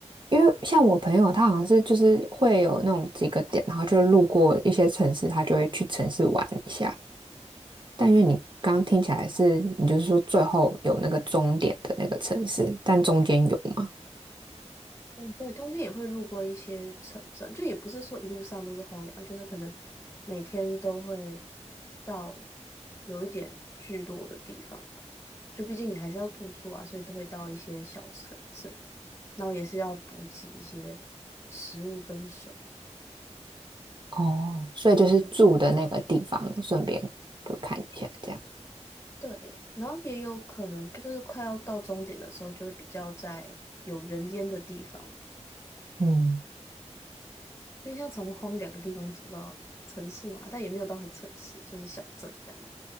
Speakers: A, on the right; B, on the left.
A: 因为像我朋友他好像是就是会有那种几个点，然后就路过一些城市，他就会去城市玩一下。但是你刚刚听起来是，你就是说最后有那个终点的那个城市，但中间有吗？
B: 嗯，对，中间也会路过一些城镇，就也不是说一路上都是荒凉，就是可能每天都会到有一点聚落的地方吧。就毕竟你还是要住宿啊，所以都会到一些小城镇，然后也是要补给一些食物跟水。
A: 哦，所以就是住的那个地方，
B: 对
A: 顺便就看一下这样。
B: 对，然后也有可能就是快要到终点的时候，就会比较在有人烟的地方，
A: 嗯，
B: 因为像从荒凉的地方走到城市嘛，但也没有到很城市，就是小镇这样。